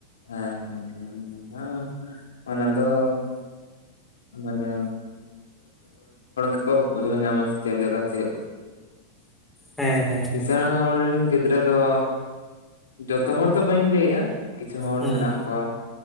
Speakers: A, on the left; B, in the centre.
A: ᱦᱮᱸ ᱦᱮᱸ ᱦᱮᱸ, ᱚᱱᱟ ᱫᱚ ᱢᱟᱱᱮ <inaudible> ᱠᱚ ᱵᱩᱡᱷᱟᱹᱣ ᱧᱟᱢᱟ ᱪᱮᱫ ᱞᱮᱠᱟ ᱪᱮᱫ?
B: ᱦᱮᱸ ᱦᱮᱸ
A: ᱠᱤᱥᱟᱹᱬ
B: ᱦᱮᱸ
A: ᱦᱚᱲ ᱨᱤᱱ ᱜᱤᱫᱽᱨᱟᱹ ᱫᱚ, ᱡᱚᱛᱚ ᱦᱚᱲ ᱫᱚ ᱵᱟᱹᱧ ᱞᱟᱹᱭᱮᱜ-ᱟ, ᱠᱤᱪᱷᱩ ᱦᱚᱲ
B: ᱦᱩᱸ
A: ᱢᱮᱱᱟᱜ ᱠᱚᱣᱟ